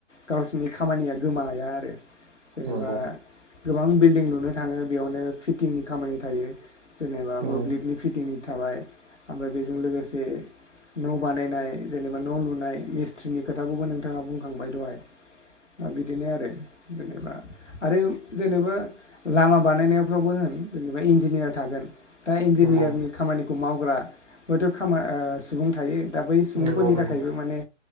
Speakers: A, on the left; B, on the right.
A: गावसिनि खामानिया गोमाया आरो। जेनैबा
B: नंगौ
A: गोबां बिल्दिं लुनो थाङो बेयावनो फिटिंनि खामानि थायो जेनोबा
B: उम
A: मोब्लिबनि फिटिंनि थाबाय ओमफ्राय बेजों लोगोसे न' बानायनाय जेनोबा न' लुनाय मिस्थ्रिनि खोथाखौबो नोंथाङा बुंखांबाय दहाय। दा बिदिनो आरो जेनोबा आरो जेनोबा लामा बानायनायफ्रावबो होन जे एबा इन्जिनियार थागोन दा इन्जिनियारनि
B: नंगौ
A: खामानिखौ मावग्रा हयथ' खामा ओ सुबुं थायो दा बै सुबुंफोरनि
B: नंगौ नंगौ
A: थाखायबो माने